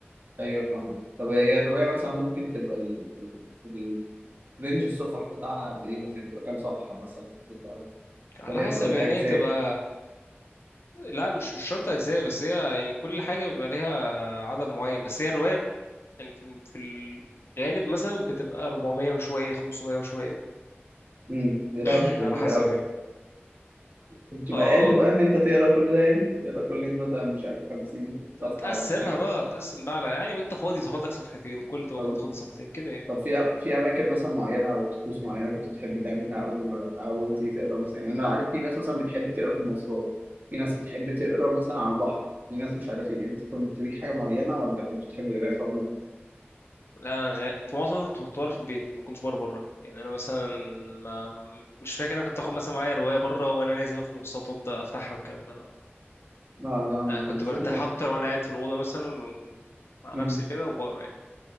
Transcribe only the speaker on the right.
ايوه فاهم طب هي الروايه مثلا ممكن تبقى ال... ال... رينج الصفح بتاعها قد ايه مثلا تبقى كام صفحه مثلا تبقى
ولا
هي بتبقى الاجزاء
امم لا
بتبقى
كبيره
قوي
بتبقى
قادر بقى ان انت تقرا كل ده يعني تقرا كل يوم مثلا مش عارف 50 صفحه
ولا حاجه
طب
طب في في اماكن مثلا معينه او طقوس معينه كنت بتحب تعملها اول ما اول ما تيجي تقرا مثلا يعني انا عارف في ناس مثلا بتحب تقرا في المواصلات في ناس بتحب تقرا مثلا على البحر في ناس مش عارف ايه انت كنت ليك حاجه معينه ولا كنت بتحب القرايه في عموم
لا لا
شفنا
مم.